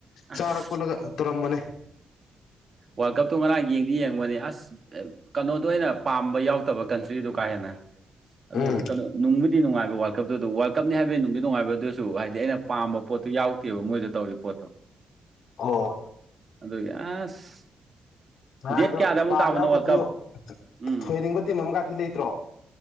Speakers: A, on the right; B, on the left.
A: ꯑꯁ
B: ꯆꯥꯔ ꯀꯣꯠꯂꯒ ꯇꯧꯨꯔꯝꯕꯅꯦ
A: ꯋꯥꯔꯜ ꯀꯞ ꯇꯣ ꯉꯔꯥꯡ ꯌꯦꯡ ꯌꯦꯡꯕꯅꯦ ꯑꯁ ꯑ ꯀꯩꯅꯣꯗꯣ ꯑꯣꯏꯅ ꯄꯥꯝꯕ ꯌꯥꯎꯗꯕ ꯀꯟꯇ꯭ꯔꯤꯗꯨ ꯀꯥ ꯍꯦꯟꯅ ꯑꯗꯨ
B: ꯎꯝ
A: ꯀ ꯅꯨꯡꯕꯨꯗꯤ ꯅꯨꯡꯉꯥꯏꯕ ꯋꯥꯔ ꯀꯇ ꯑꯗꯨ ꯋꯥꯔꯜ ꯀꯞꯅꯤ ꯍꯥꯏꯕ ꯍꯥꯏꯕꯩ ꯅꯨꯡꯗꯤ ꯅꯨꯡꯉꯥꯏꯕꯗꯨꯁꯨ ꯍꯥꯏꯗꯤ ꯑꯩꯅ ꯄꯥꯝꯕ ꯄꯣꯠꯇꯨ ꯌꯥꯎꯗꯦꯕ ꯃꯣꯏꯗ ꯇꯧꯔꯤ ꯄꯣꯠꯇꯣ
B: ꯑꯣ
A: ꯑꯗꯨꯒꯤ ꯑꯁ
B: ꯉꯔꯥꯡꯒꯤꯗꯣ
A: ꯗꯦꯠ ꯀꯌꯥꯗ ꯑꯃꯨꯛ
B: ꯄꯥꯝꯕ
A: ꯇꯥꯕꯅꯣ
B: ꯌꯥꯎꯗ꯭ꯔꯁꯨ
A: ꯋꯥꯔꯜ ꯀꯞ ꯎꯝ
B: ꯊꯣꯏꯅꯤꯡꯕ ꯇꯤꯝ ꯑꯃꯒꯗꯤ ꯂꯩꯇ꯭ꯔꯣ